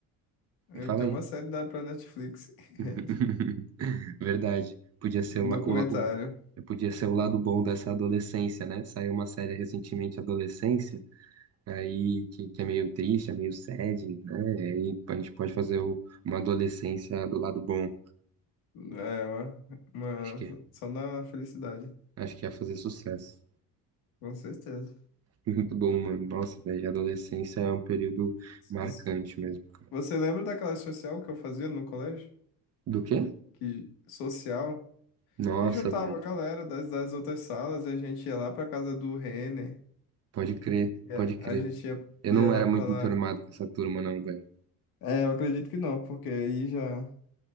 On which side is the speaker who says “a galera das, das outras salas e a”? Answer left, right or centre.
Left